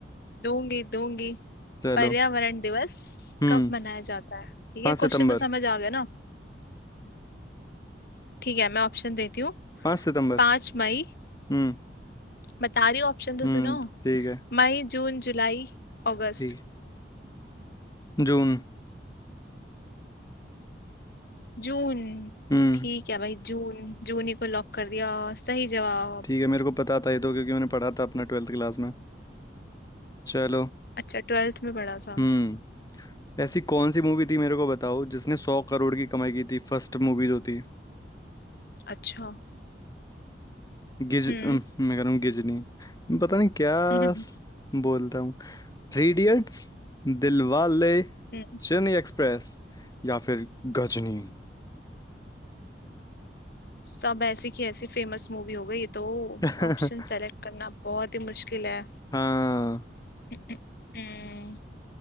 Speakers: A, on the left; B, on the left.
A: दूंगी दूंगी
B: चलो
A: पर्यावरण दिवस
B: हम्म
A: कब मनाया जाता है ठीक
B: पाँच
A: है
B: सितंबर
A: क्वेश्चन तो समझ आ गया ना ठीक है मैं ऑप्शन देती हूँ
B: पाँच सितंबर
A: पांच मई
B: हम्म
A: बता रही हूँ ऑप्शन तो
B: हम्म
A: सुनो
B: ठीक है
A: मई जून जुलाई अगस्त
B: ठीक जून
A: जून
B: हम्म
A: ठीक है भाई जून जून ही को लॉक कर दिया सही जवाब
B: ठीक है मेरे को पता था ये तो क्योंकि मैंने पढ़ा था अपना ट्वेल्थ क्लास में चलो
A: अच्छा ट्वेल्थ में पढ़ा था
B: हम्म ऐसी कौन सी मूवी थी मेरे को बताओ जिसने सौ करोड़ की कमाई की थी फर्स्ट मूवी जो थी
A: अच्छा
B: गिज
A: हम्म
B: अम, मैं कह रहा हूँ गिजनी पता नहीं क्या
A: <laughs>
B: स- बोलता हूँ Three idiots Dilwale
A: हम्म
B: Chennai express या फिर गजनी
A: सब ऐसी की ऐसी फेमस मूवी हो गई ये तो
B: <laughs>
A: ऑप्शन सेलेक्ट करना बहुत ही मुश्किल है
B: हाँ
A: हम्म,